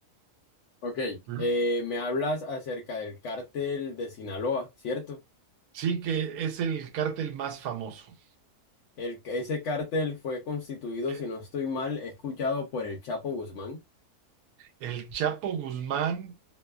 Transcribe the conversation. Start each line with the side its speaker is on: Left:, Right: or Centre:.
Left: Ok,
Right: L-
Left: eh, me hablas acerca del cártel de Sinaloa, ¿cierto?
Right: Sí que es el cártel más famoso.
Left: El, ese cártel fue constituido,
Right: Eh,
Left: si no estoy mal, escuchado por el Chapo Guzmán.
Right: El Chapo Guzmán,